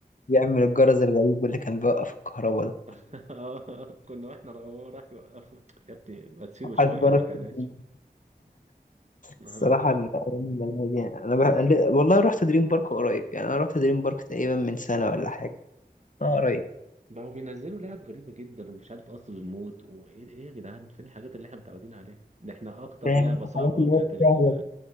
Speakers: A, on the left; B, on the right.
A: يعمل الجرس الغريب اللي كان بيوقف الكهرباء ده
B: <laughs> اه كنا واحنا را- هو راح يوقفه يا ابني ما تسيبه
A: وحش
B: شوية
A: جرس
B: هلهلاش
A: الدنيا.
B: <laughs> اه
A: الصراحه الايام الجميله دي انا بح... والله رحت دريم بارك قريب يعني انا رحت دريم بارك تقريبا من سنه ولا حاجه اه
B: اه
A: قريب
B: ده هو بينزلوا لعب غريبة جدا ومش عارف قصر الموت وايه ايه ايه يا جدعان فين الحاجات اللي احنا متعودين عليها ده احنا اكتر
A: فاهم
B: لعبة
A: انت
B: صعبة
A: الحاجات اللي
B: كانت
A: هي السهله
B: ال...